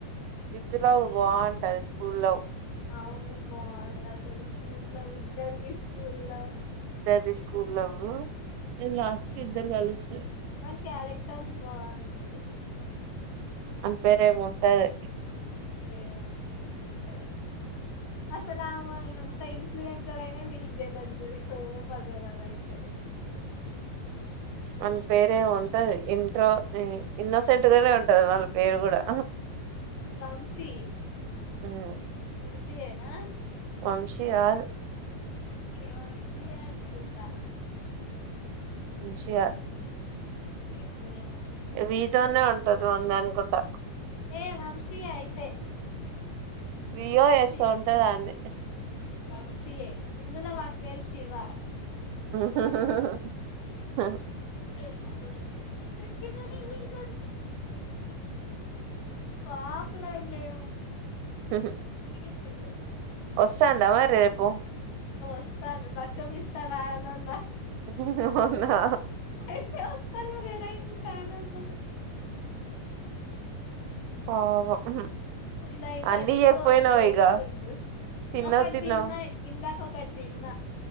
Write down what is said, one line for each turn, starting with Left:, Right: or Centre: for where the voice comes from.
Right: విత్ లవ్ బాగుంటది స్కూల్ లవ్
Left: అవును బాగుంది అసలు స్కూల్లో విద్యార్థి స్కూల్ లవ్
Right: విద్యార్థి స్ కూల్ లవ్ మ్మ్ లాస్ట్ కి ఇద్దరు కలుస్తరు.
Left: వాని క్యారెక్టర్ బాగుంది.
Right: ఆమె పేరేమో ఉంటది.
Left: ఏదో ఉంటదిలే అసలు ఆమ ఎంత ఇ న్ఫ్లియన్సర్ వీడికి దెల్వదు చూడు తోపు అసలు అది అయితే
Right: వన్న్ పేరే ఏమో ఉంటది ఇంట్రో ఇన్నోసెంట్ గనే ఉంటది వాళ్ పేరు కూడా
Left: ఆ వంశీ
Right: మ్మ్
Left: వంశీ యేనా?
Right: వంశీ కాదు
Left: వంశీయే అనుకుంటా
Right: వంశీ కాద్
Left: ఏమో మరి
Right: వి తోనే ఉంటది వాన్ది అనుకుంటా
Left: ఏ వంశీయే అయితే
Right: వి యో
Left: వంశీయే
Right: ఎస్సో ఉంటది అన్ది
Left: వంశీయే ఇందులో వాని పేరు శివ.
Right: హూ హూ హూమ్మ్ హ్మ్
Left: <inaudible> పాపలాన్నాే
Right: హ్మ
Left: చె
Right: వస్తాండా మరి రేపు
Left: ఇస్త భక్ష్యం ఇస్తారా అని అన్న
Right: వున్నా
Left: అయితే వస్తాలే రెడీ ఉంటానన్నాడు
Right: పాపం
Left: నైన్ థర్టీకి
Right: అన్ని ఇయ్యకపోయినావు
Left: రెడీ
Right: ఇగ
Left: ఉండు
Right: తిన్నావు
Left: ఒకటి
Right: తిన్నావు
Left: దిన్న నాకు ఒకటి తిన్న